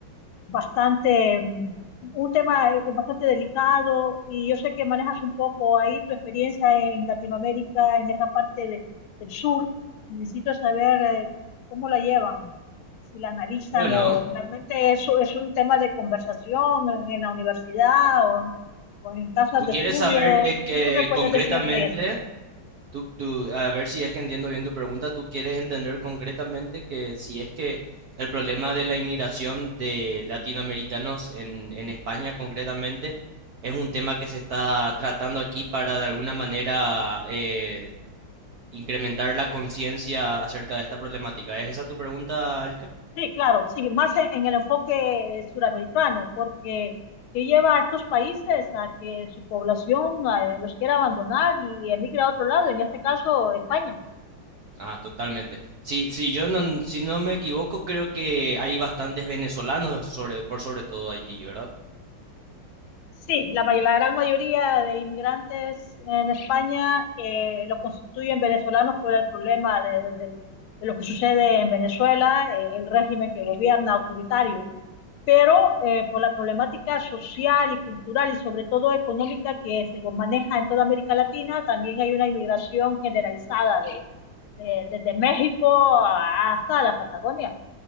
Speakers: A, on the left; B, on the right.
A: bastante, mm, un tema eh, bastante delicado y yo sé que manejas un poco ahí tu experiencia en Latinoamérica, en esta parte de- del sur. Necesito saber eh, cómo la llevan, si la analizan
B: Bueno,
A: o realmente eso es un tema de conversación en, en la universidad o, o en casas
B: tú
A: de
B: quieres
A: estudio.
B: saber eh, que
A: ¿Tú qué me puedes
B: concretamente
A: decir de eso?
B: Tú, tú- a ver si es que entiendo bien tu pregunta, tú quieres entender concretamente que si es que el problema de la inmigración de latinoamericanos en, en España concretamente es un tema que se está tratando aquí para de alguna manera eh, incrementar la conciencia acerca de esta problemática. ¿Es esa tu pregunta, Elke?
A: Sí, claro, sí, más en, en el enfoque eh, suramericano, porque que lleva a estos países a que su población eh, los quiera abandonar y emigra a otro lado, en este caso España.
B: Ah, totalmente. Si, si yo no, si no me equivoco, creo que hay bastantes venezolanos sobre, por sobre todo allí, ¿verdad?
A: Sí, la, may- la gran mayoría de inmigrantes en España eh, lo constituyen venezolanos por el problema de, de- de lo que sucede en Venezuela, eh, el régimen que gobierna autoritario. pero eh, por la problemática social y cultural y sobre todo económica que se maneja en toda América Latina, también hay una inmigración generalizada de, de- desde México hasta la Patagonia.